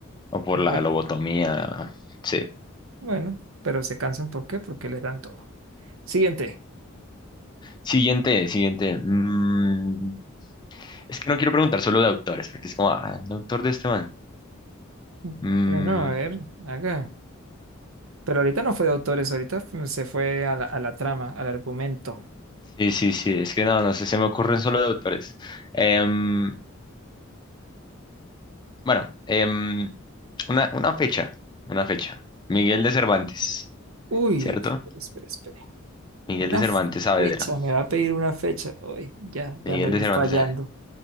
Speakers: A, on the left; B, on the right.
A: o por
B: Bueno,
A: la lobotomía, la- sí.
B: bueno, pero se cansan ¿por qué? Porque les dan todo. Siguiente.
A: Siguiente, siguiente. Mm, es que no quiero preguntar solo de autores, porque es como, ah, el autor de este man.
B: Bueno,
A: Mm,
B: a ver, acá. Pero ahorita no fue de autores, ahorita fu- se fue a la, a la trama, al argumento.
A: sí, sí, sí, es que no, no sé, se me ocurren solo de autores. Em, bueno, em, una, una fecha, una fecha. Miguel de Cervantes,
B: Uy,
A: ¿cierto?
B: espere, espere. espere.
A: Miguel
B: Una
A: de Cervantes
B: fecha,
A: Saavedra.
B: me va a pedir una fecha. Uy, ya,
A: Miguel
B: ya me
A: de
B: vi
A: Cervantes.
B: fallando.